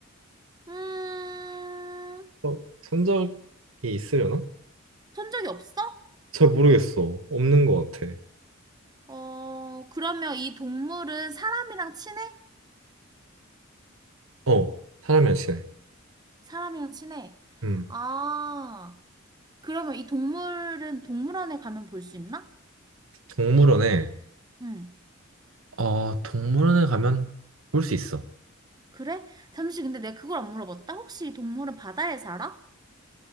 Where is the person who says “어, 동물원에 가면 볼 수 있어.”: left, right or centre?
Right